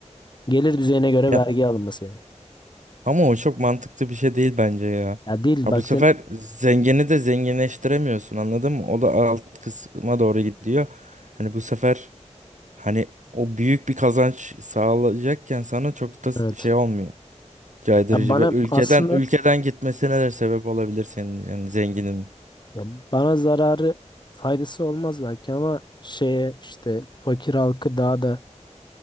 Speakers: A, on the left; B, on the right.
A: Gelir düzeyine göre
B: Ya
A: vergi alınması yani.
B: ama o çok mantıklı bir şey değil bence ya.
A: Ya değil
B: Ya
A: baktın
B: bu sefer zengini de zenginleştiremiyorsun anladın mı? O da alt kısma doğru gidiyor. Hani bu sefer Hani o büyük bir kazanç sağlayacakken sana çok da
A: evet.
B: şey olmuyor. Caydırıcı
A: Ya bana
B: ve ülkeden
A: aslında
B: ülkeden gitmesine de sebep olabilir senin yani zenginin.
A: Ya bana zararı faydası olmaz belki ama şeye işte fakir halkı daha da